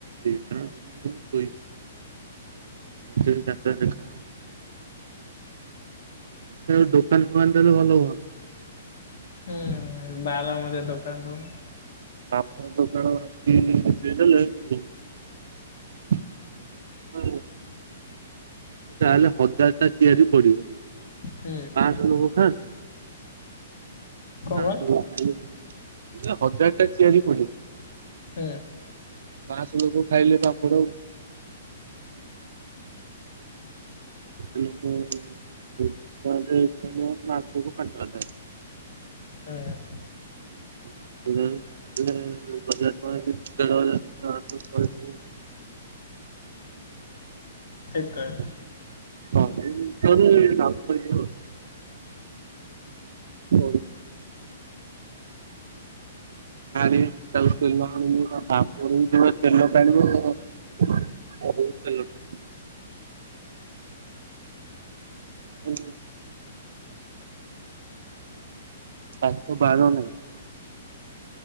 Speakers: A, on the right; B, on the left.
A: ଦିନରେ ମୁଁ ସୋଇନି। ରାତିରେ ଯାତ୍ରା ଦେଖା ହବ। ସେ ଦୋକାନ ଫୋକାନ ଦେଲେ ଭଲ ହୁଅନ୍ତା।
B: ହୁଁ ବାରମଜା ଦୋକାନ ଦଉନୁ।
A: ପାମ୍ପଡ ଦୋକାନ ଭାବୁଛି ଦେଇ ଦେଲେ ଭଲ ‌ହୁଅନ୍ତା। ଭଲ। ହୁଁ। ଆଉ ତାହେଲେ ହଜାରେ ଟା ଚିଆରି ପଡ଼ିବ।
B: ହୁଁ।
A: ଲୋକ ଖାଆନ୍ତୁ।
B: କଣ
A: <unintelligible>
B: କଣ
A: ହଜାରେ ଟା ଚିଆରି ପଡିବ।
B: ହୁଁ।
A: ପାଆସ ଲୋକ ଖାଇଲେ ପାମ୍ପଡ଼। ଏତେ ଲୋକ ରେଷ୍ଟୁରାଣ୍ଟ ରେ ଖାଇଲେ ମାସକୁ ପାଞ୍ଚ ହଜାର।
B: ହୁଁ।
A: ମାସକୁ ମାସ ଯାହା ହେଲେ ହଜାରେ ଟଙ୍କା କି ଦେଢ଼ ହଜାରେ। ହଁ ତୁ କହୁଥିଲୁ।
B: ଠିକ୍ କ
A: <unintelligible> <unintelligible> ଆରେ ତାକୁ ତେଲ ଆଣିବ ତା ପାମ୍ପଡ ବି ଯୋଉ ତେଲ ଟାଣିବ। <unintelligible> ହୁଁ। ତାକୁ ବାର ନାହିଁ।